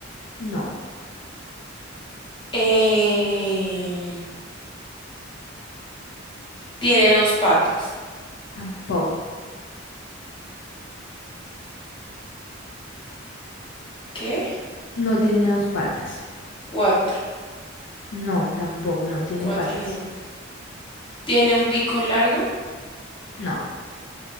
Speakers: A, on the left (about 65°); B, on the left (about 25°).
A: No,
B: em, tiene dos patas,
A: tampoco.
B: ¿qué?
A: No tiene dos patas.
B: Cuatro,
A: No, tampoco, no tiene
B: cuatro
A: patas.
B: no. ¿Tiene un pico largo?
A: No.